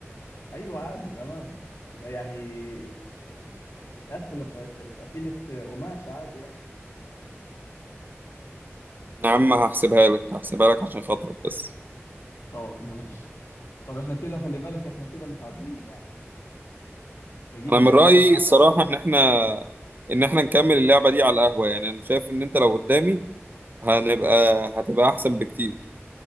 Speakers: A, on the left; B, on the right.
A: ايوه عادي بامانه تبقى يعني م- متقفله بقى ت- تقفيله آه، قماش عادي يعني
B: يا عم هحسبها لك هحسبها لك عشان خاطرك بس
A: طب ماشي طب احنا كده خلي بالك احنا كده متعادلين يعني محتاجين
B: انا من
A: يعني
B: رايي
A: نقعد قعده
B: الصراحه
A: تاني
B: ان احنا ان احنا نكمل اللعبه دي على القهوه يعني انا شايف ان انت لو قدامي هنبقى هتبقى احسن بكتير